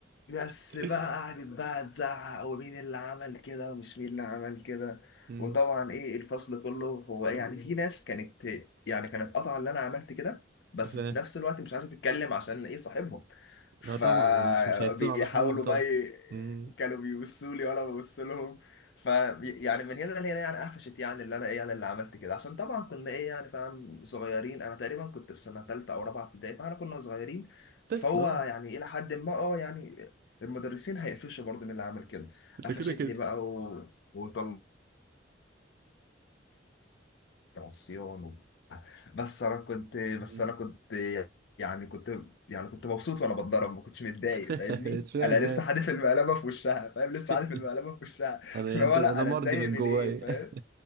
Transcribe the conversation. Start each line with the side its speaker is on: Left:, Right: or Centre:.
Left: بس
Right: <laughs>
Left: بقى قعدت بقى تزعق ومين اللي عمل كده ومش مين اللي عمل كده
Right: مم.
Left: وطبعا ايه الفصل كله هو يعني في ناس كانت يعني كانت قاطعه اللي انا عملت كده بس
Right: ف
Left: في نفس الوقت مش عايزه تتكلم عشان ايه صاحبهم فبيحاولوا
Right: اه طبعا يعني مش مش هيفتون على اصحابهم طبعا
Left: بقى ي-
Right: مم.
Left: كانوا بيبصوا لي وانا ببص لهم ف يعني من هنا لهنا يعني قفشت يعني اللي انا ايه يعني اللي عملت كده عشان طبعا كنا ايه يعني فاهم صغيرين انا تقريبا كنت في سنه ثالثه او رابعه ابتدائي فاحنا كنا صغيرين
Right: طفل
Left: فهو
Right: اه
Left: يعني الى حد ما اه يعني المدرسين هيقفشوا برضه من اللي عمل كده قفشتني
Right: ده كده كده
Left: بقى و... وطلعت عصيان و... بس انا كنت بس
Right: مم.
Left: انا كنت يعني كنت يعني كنت مبسوط وانا بتضرب ما كنتش متضايق
Right: <laughs>
Left: فاهمني
Right: اشمعنى
Left: انا لسه
Right: يعني؟
Left: حادف المقلبه في وشها فاهم لسه
Right: <laughs>
Left: حادف المقلبه في وشها
Right: انا
Left: <laughs> اللي
Right: يعني
Left: هو
Right: انا
Left: لا انا
Right: مرضي
Left: اتضايق
Right: من
Left: من
Right: جوايا
Left: ايه فاهم